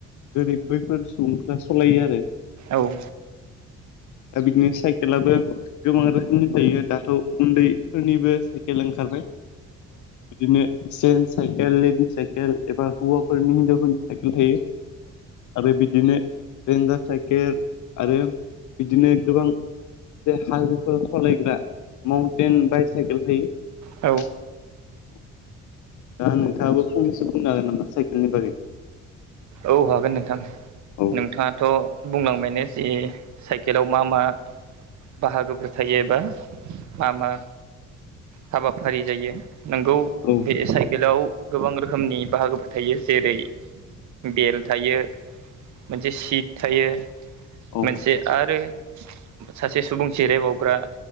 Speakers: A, on the left; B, on the right.
A: गोरिब बैफोर सुबुंफोरा सालायो आरो।
B: औ।
A: दा बिदिनो साइकेलाबो गोबां रोखोमनि थायो दाथ' उन्दै उन्दैनिबो साइकेल ओंखार बाय बिदिनो जेन्स साइकेल लेडिस साइकेल एबा हौवाफोरनि हिनजावफोर साइकेल थायो। आरो बिदिनो रेन्जार साइकेल आरो बिदिनो गोबां बे हाइवेफोराव सालायग्रा माउन्टेन बायसाइकेल थायो।
B: औ
A: दा नोंथाङाबो फंनैसो बुंनो हागोन नामा साइकेलनि बागै?
B: औ हागोन नोंथां।
A: औ
B: नोंथाङाथ' बुंलांबायनो जि साइकेलाव मा मा बाहागोफोर थायो एबा मा मा हाबाफारि जायो। नंगौ
A: औ
B: बे साइकेलाव गोबां रोखोमनि बाहागोफोर थायो। जेरै बेल थायो मोनसे सिट थायो
A: औ
B: मोनसे आरो सासे सुबुं जिरायबावग्रा